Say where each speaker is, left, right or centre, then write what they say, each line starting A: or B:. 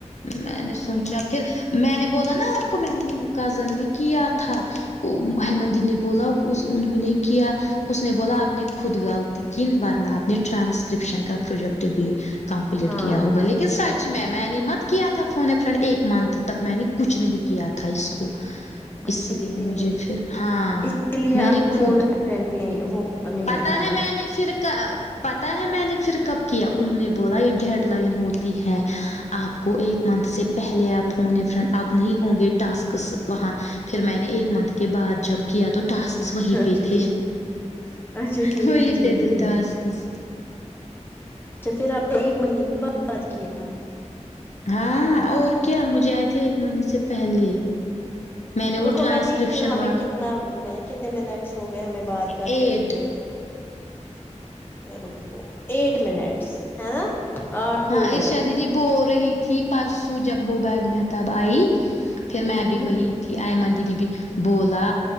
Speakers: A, on the left; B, on the left.
A: میں نے سوچا پھر میں نے بولا نا آپ کو میں نے کزن نے کیا تھا ہیمدین نے بولا اس انہوں نے کیا اس نے بولا آپ نے خود غلطی کی ورنہ آپ نے ٹرانسکرپشن کا پروجیکٹ بھی کمپلیٹ
B: ہاں
A: کیا ہوگا لیکن سچ میں میں نے مت کیا تھا فون فرینڈ ایک منتھ تک میں نے کچھ نہیں کیا تھا اس کو
B: اچھا
A: اسی
B: ٹھیک
A: لیے مجھے پھر ہاں
B: اسی لیے
A: میں
B: آپ
A: نے
B: کو
A: خود
B: فون فرینڈ بھی وہ نہیں
A: پتا
B: آیا
A: ہے میں نے پھر کا پتا ہے میں نے پھر کب کیا انہوں نے بولا یہ ڈیڈ لائن ہوتی ہے آپ کو ایک منتھ سے پہلے آپ فون فرینڈ اب نہیں ہوں گے ٹاسکس وہاں پھر میں نے ایک منتھ کے بعد جب کیا تو ٹاسکس وہیں
B: اچھا
A: پہ تھے
B: ٹھیک اچھا ٹھیک
A: ہو
B: ٹھیک
A: پید
B: ٹھیک
A: ٹاسکس
B: اچھا پھر آپ نے ایک مہینے کے بعد کیا
A: ہاں اور کیا مجھے آئے تھے ایک مہینے سے پہلے میں نے
B: رکو
A: وہ ٹرانسکرپشن
B: میں دیکھتی ہوں ہمیں
A: وال
B: کتنا کتنے منٹس ہو گئے ہمیں بات کرتے
A: ایٹ
B: ہوئے رکو ایٹ منٹس ہے نا آٹھ
A: ہاں
B: ہو گئے
A: ارشا دیدی بول رہی تھی پرسو جب وہ بیگ میں تب آئی پھر
B: ہوں
A: میں بھی وہی تھی آئمن دیدی بھی بولا